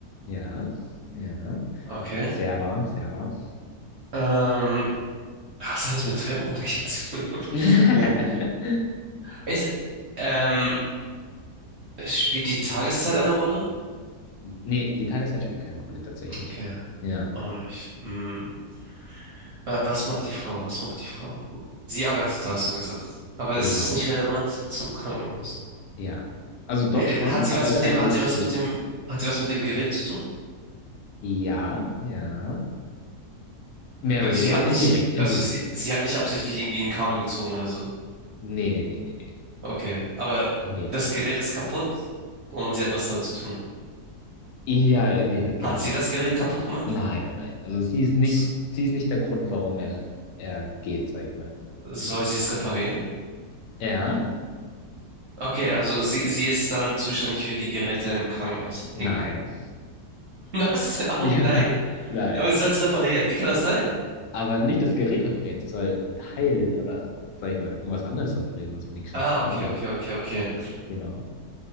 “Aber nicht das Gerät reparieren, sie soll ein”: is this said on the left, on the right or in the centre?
Left